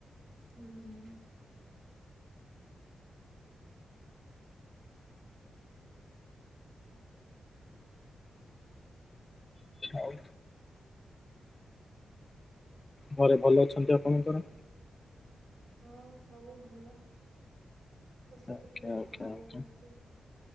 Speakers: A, on the right; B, on the left.
A: ହୁଁ-ହୁଁ-ହୁଁ। <inaudible>
B: ଆଉ ଘରେ ଭଲ ଅଛନ୍ତି ଆପଣଙ୍କର?
A: ହଁ ସବୁ ଭଲ। ଖୁସିକୁ
B: ଆଜ୍ଞା
A: ଟିକେ ଥଣ୍ଡା
B: ଆଜ୍ଞା ଆଜ୍ଞା
A: ହେଇଯାଇଛି।